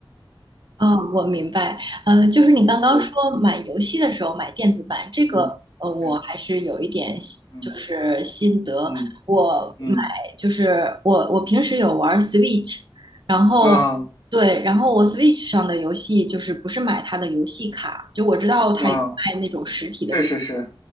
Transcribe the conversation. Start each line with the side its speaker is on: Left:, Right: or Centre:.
Right: 哦，我明白。呃，就是你刚刚说买游戏的时候买电子版，
Left: 苦。
Right: 这个呃，
Left: 嗯
Right: 我还是有一点心就是心得。
Left: 嗯嗯嗯
Right: 我买就是我我平时有玩
Left: 嗯
Right: Switch，然后对，
Left: 啊
Right: 然后我 Switch 上的游戏就是不是买它的游戏卡，就我知道它有卖那种实体的游戏
Left: 啊，是是是，